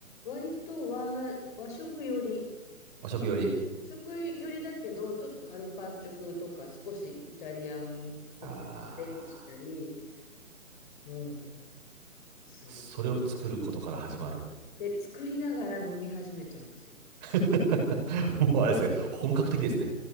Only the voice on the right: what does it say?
和食より。
ああ。
それを作ることから始まる。
<laughs> もうあれですね。本格的ですね。